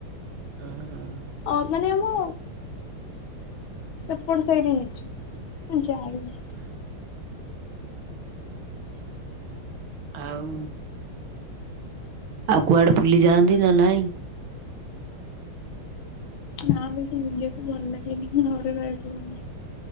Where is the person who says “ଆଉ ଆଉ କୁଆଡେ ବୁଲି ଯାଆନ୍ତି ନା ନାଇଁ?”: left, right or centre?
Right